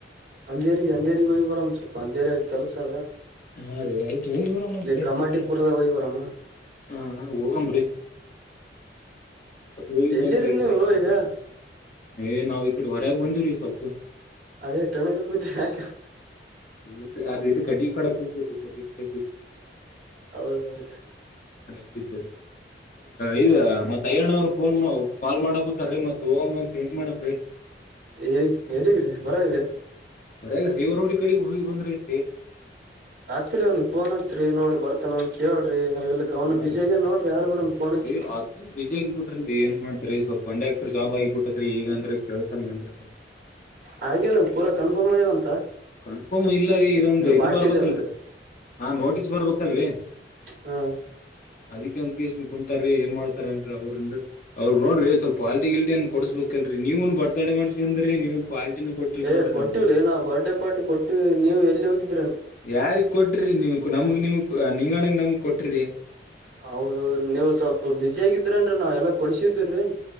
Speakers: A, on the right; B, on the left.
A: ಅಂದೇರಿಗೆ ಅಂದೇರಿಗೆ ಹೋಗ್ ಬರಾಮ್ ಸ್ವಲ್ಪ ಅಂದೇರಿ ಕೆಲಸ ಆದ
B: ಹಾ ರೀ ಆಯ್ತು ಹೋಗಿ ಬರಂ ಅಂತ್ರಿ
A: ಕಮಾಟಿಪುರದಾಗ
B: ಹಂಗೆ
A: ಹೋಗಿ ಬರಮ್ಮ
B: ಹಾ ಹೋಗಂ ಬುಡಿ. ಹೋಗ್
A: ಎಲ್ಲಿರಿ
B: ಬಂದ್ರ್ ಐತ್ರಿ
A: ನೀವು ಈಗ
B: ಏ ನಾವು ಈಕಡೆ ಹೊರಾಗ ಬಂದಿವ್ರಿ. <unintelligible>
A: ಅದೇ <unintelligible>
B: ಇಲ್ ಅ ಇದು ಕಡಿ ಕಡ ಕುಯ್ತೀ ಕಟ್ಟ ಕಡೆ ಕುಯ್ತರಿ
A: ಹೌದ್ ಹೌದ್ರೀ
B: ಸರಿ ಈ ಮತ್ ಅಯ್ಯಣ್ಣವ್ರ ಫೋನ್ ಕಾಲ್ ಮಾಡಕತಾರೀ ಮತ್ ಹೋಗಂತ ಹೆಂಗ ಮಾಡನ್ರೀ
A: ಏ ಹೇಳಿದ್ರಿ ಬರಾವ್ರಿ
B: ಹೊರಐವರುೋ <inaudible> ಕಡೆ ಹೋಗಿ ಬಂದ್ರಐತಿ
A: ರಾತ್ರಿ ಅವನಿಗೆ ಫೋನ್ ಹಚ್ಚಿರಿನೋಡ ಬರ್ತಾನನ್ ಕೇಳ್ರಿ ಎಲ್ಲಿಕ್ ಅವ್ನು
B: ಹಾ
A: ಬಿಜಿ
B: ರೀ
A: ಆಗ್ಯಾನ್ ನೋಡ್ರಿ ಯಾರ್ ಕೂಡನ್ ಫೋನ್ ಹಚ್ಚಿ
B: ಏ ಅದನ್ ಬಿಜಿಯ ಹಂಗಬಿಟ್ರ ಏನ್ ಮಾಡ್ತಾರ ಸ್ವಲ್ಪ ಕಂಡಕ್ಟ್ರರ್ ಜಾಬ್ ಆಗಿಬಿಟ್ಟತ್ ಈಗ ಅಂದ್ರೆ ಕೇಳ್ತನ್ ಅನ್ದ
A: ಹಾಗ್ಯದ ಪೂರ ಕನ್ಫರ್ಮ್ ಆಗ್ಯದಂತ
B: ಕನ್ಫರ್ಮ್ ಇಲ್ಲರೀ ಇದೊಂದು ಇ
A: ಬಾಟ್ಲಿ
B: ಬರ್ಬೇಕಲ್ರಿ
A: ಇದ್ದೇ ಬೈದರ್
B: ಹಾ ನೋಟಿಸ್ ಬರ್ಬೇಕಲ್ರಿ
A: ಹಾ
B: ಅದಿಂದ್ ಇಷ್ಟ ಕುಂತಾರೀ ಏನ್ ಮಾಡತಾರನ್ರಿ ಅವ್ರನ್ರಿ ಅವ್ರು ನೋಡ್ರ ಸ್ವಲ್ ಪಾಲ್ಟಿ ಕಿಲ್ಟಿನ ಕೊಡ್ಸ್ಬೇಕಕ್ಲ್ರರಿ ನೀವನ್ ಬರ್ತಡೆ ಮಾಡ್ಸ್ಕಂಡೀರೀ ನೀವನ್ ಪಾಲ್ಟಿನ ಕೊಟ್ಟಿಲ್
A: ಏ
B: ನೋಡ್ರಿ
A: ಕೊಟ್ಟಿವವ್ರಿ
B: ನಮ್ಗ
A: ನಾವವು ಬರ್ಡೇ ಪಾರ್ಟಿ ಕೊಟ್ಟು ನೀವು ಎಲ್ಲಿ ಹೋಗಿದ್ದ
B: ಯಾರಿಗ್ ಕೊಟ್ಟ ಕೊಟ್ರಿ ನೀ ನಮಗ್ ನಿಮ ನೀಂಗಣಗ್ ನಮಗ್ ಕೊಟ್ರರಿ
A: ಹೌದೌದೀ ನೀವು್ ಸ್ವಲ್ಪ ಬಿಸಿ ಆಗಿದ್ರನ್ರರಿ ನಾವ್ ಎಲ್ಲಾ ಕೊಡ್ಸಿದಿ್ರರಿ